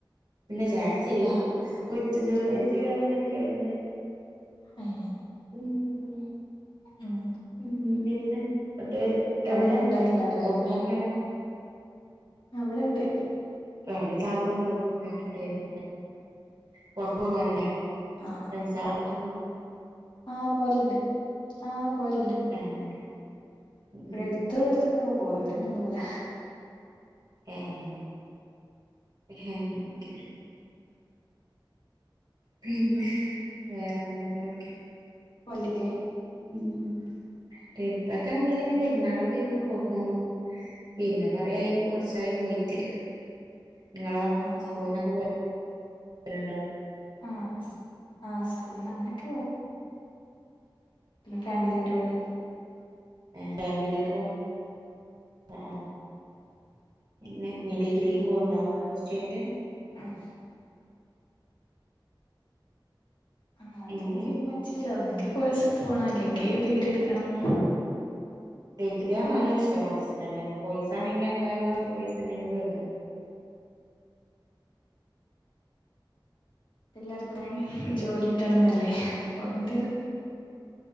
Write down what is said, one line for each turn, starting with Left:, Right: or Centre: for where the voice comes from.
Right: ഇല്ല ചായ കുടിച്ചില്ല ഉച്ച ചോറ കഴിച്ച
Left: ആഹ് ആഹ്
Right: ഞാൻ അങ്ങനെ കടന്നന്
Left: ഏഹ്
Right: ഉം
Left: ഉം
Right: ഉ പിന്നെ അ്
Left: കടിയൊന്നും
Right: എവിടെ
Left: ഉണ്ടാക്കിണ്ടാവില്ലല്ലേ
Right: ഉമ്മൊക്കെ വിടെ
Left: അവിടെണ്ട്
Right: അവിടെ താത്ത എന്തൊക്കെ ഉണ്ടാക്കണ്ടായിന് പുറത്ത പോവാറില്ല
Left: ആഹ്
Right: സംസറടക്കന്നോ
Left: ആഹ്
Right: <inaudible>
Left: ആഹ് പോലുണ്ട് ആഹ് പോലുണ്ട്
Right: ഏഹ്
Left: ഇവിടെ
Right: ഉം
Left: എടുത്തള്ള എടുത്തക്കെ പോകുന്നു ദൂരൊന്നും പോവൂല
Right: ആഹ ഹ നനക്ക് പിന്നെ വേറെന്തെല്ലൊക്കെ
Left: പോലേ <inaudible>
Right: ഉം ഇപ്പൊക്കെ നമ്മളിങ്ങനെ പെരുന്നാളൊക്കെ വരുമ്പോ പോവും ആ പിന്നെ കൊറ ആയിപ്പോ കൊറച്ചായി
Left: ആഹ് ആഹ്
Right: പോയിട്ടേ നിങ്ങളോ
Left: ആഹ്
Right: സ്കൂളിൽ
Left: ആഹ്
Right: നിന്നൊക്കെ പോയിണ്ടോ
Left: ആഹ ആഹ് സ്കൂള അങ്ങനെയൊക്കെ പോവും പിന്നെഫാമിലിന്റെ കൂടെ
Right: ഫാമിലി ആ ആപിന്നെ ഇനിഡിഗ്രിക്ക്
Left: ആഹ്
Right: പോണ്ടോ
Left: ആഹ്
Right: ഫസ ചെയ്
Left: ആഹ് ആ അത്
Right: ഉം
Left: തീരുമാനിച്ചില്ലോ ഒന്നെങ്കി കോഴ്സ് ഇട്ട് പോണം അല്ലെങ്കി ഡിഗ്രി എടുക്കണം
Right: ഡിഗ്രി ആണെങ്കിനാലുവർഷം അല്ലേ പഠിച്ചിട്ടില്ല ഡേ അർക്ഷം കുടിച്ചിട്ടല്ലേ പയിസാണെങ്കിൽ അഞ്ചാറ് മാസം പയിസണ്ടെങ്കിൽ തര
Left: എല്ലർക്കും
Right: പിന്നെ
Left: ജോലി കിട്ടണംന്നല്ലേ അപ്പൊ എന്തേലും